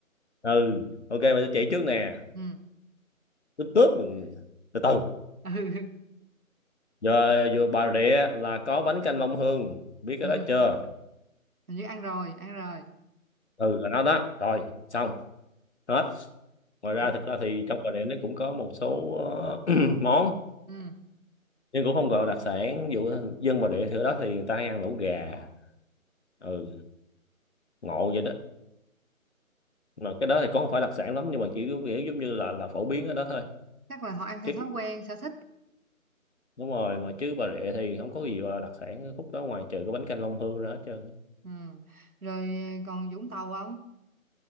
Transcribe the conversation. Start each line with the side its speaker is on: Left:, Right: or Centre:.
Left: ừ ok mà tôi chỉ trước nè
Right: Ừ.
Left: tướp tướp mọi người. từ từ
Right: Ừ.
Left: giờ vừa Bà Rịa là có bánh canh Long Hương biết
Right: ừ
Left: cái đó chưa
Right: hình như ăn rồi ăn rồi
Left: ừ là nó đó rồi xong hết ngoài ra
Right: Ngũ-
Left: thực ra thì trong Bà Rịa nó cũng có một số ờ, <clears throat> món
Right: ừ
Left: nhưng cũng không gọi là đặc sản ví dụ dân Bà Rịa thì ở đó thì người ta hay ăn lẩu gà ừ ngộ vậy đó mà cái đó thì cũng không phải đặc sản lắm nhưng mà chỉ có kiểu giống như là là phổ biến ở đó thôi
Right: chắc là họ ăn theo
Left: chứ
Right: thói quen sở thích
Left: đúng rồi mà chứ Bà Rịa thì không có gì gọi là đặc sản khúc đó ngoài trừ cái bánh canh Long Hương ra hết trơn
Right: ừ rồi ờ, còn Vũng Tàu không